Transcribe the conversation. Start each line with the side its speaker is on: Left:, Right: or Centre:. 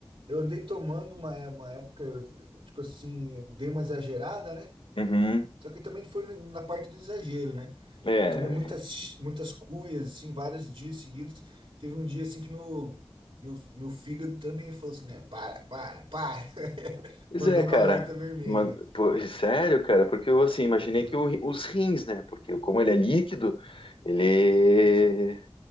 Right: eu andei tomando uma, uma época, eu, tipo assim, dei uma exagerada, né?
Left: Uhum.
Right: Só que também foi na parte do exagero, né?
Left: É.
Right: Eu tomei muitas, muitas cuias, assim, vários dias seguidos. Teve um dia, assim, que meu, meu, meu fígado também falou assim, né? Para, para, para. <laughs>
Left: Pois
Right: Mandou
Left: é, cara.
Right: um alerta vermelho,
Left: Uma-
Right: né?
Left: pô, é sério, cara, porque eu assim, imaginei
Right: Aham.
Left: que o ri- os rins, né? Porque como ele é líquido, ele